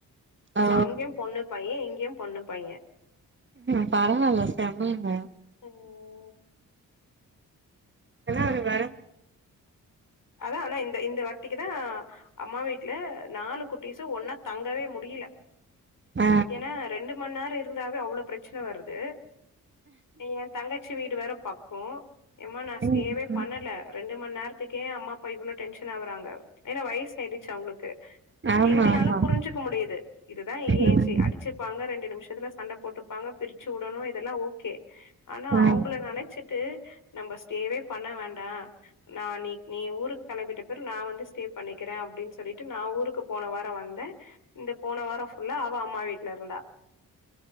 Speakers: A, on the right (about 30°); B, on the left (about 55°).
A: ஓ
B: சோ அங்கயும் பொண்ணு பைய இங்கியும் பொண்ணு பைய
A: ம் பரவால்ல செம்மங்க
B: ம்.
A: இதெல்லா ஒரு வரம்
B: அதா ஆனா இந்த இந்த வாட்டிக்குதா அம்மா வீட்ல நாலு குட்டிஸு ஒன்னா தங்கவே முடில
A: அ
B: ஏனா ரெண்டு மண்நேரோ இருந்தாவே அவ்ளோ பிரச்சன வருது என் தங்கச்சி வீடு வேற பக்கோ எம்மா நா ஸ்டேவே
A: ம் ம்
B: பண்ணல ரெண்டு மண் நேரத்துக்கே அம்மா அப்பா இவ்ளோ டென்ஷன் ஆகுறாங்க ஏனா வயசு ஆயிடுச்சு அவுங்களுக்கு
A: ஆமா
B: எங்களால
A: ஆமா
B: புரிஞ்சுக்க முடியுது இதுதா ஏஜு
A: ம்
B: அ டுச்சுப்பாங்க ரெண்டு நிமிஷத்துல சண்ட போட்டுப்பாங்க பிரிச்சு விடணு இதெல்லா ஓகே ஆனா
A: ஆ
B: அவுங்கள நெனச்சிட்டு நம்ப ஸ்டேவே பண்ண வேண்டா நா நீ நீ ஊருக்கு கெழப்பிட்ட பிறவு நா வந்து ஸ்டே பண்ணிக்கிற அப்டின்னு சொல்லிட்டு நா ஊருக்கு போன வாரோ வந்த இந்த போன வாரோ ஃபுல்லா அவ அம்மா வீட்ல இருந்தா